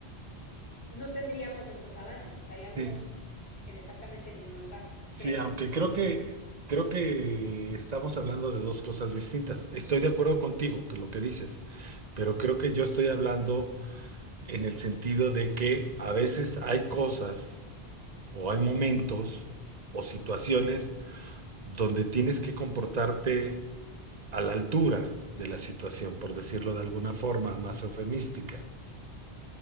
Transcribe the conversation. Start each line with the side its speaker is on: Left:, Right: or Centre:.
Left: no tendríamos estos avances, estaríamos
Right: sí.
Left: en exactamente el mismo lugar,
Right: Sí,
Left: creo.
Right: aunque creo que creo que estamos hablando de dos cosas distintas. Estoy de acuerdo contigo que lo que dices, pero creo que yo estoy hablando en el sentido de que a veces hay cosas o hay momentos o situaciones donde tienes que comportarte a la altura de la situación, por decirlo de alguna forma más eufemística.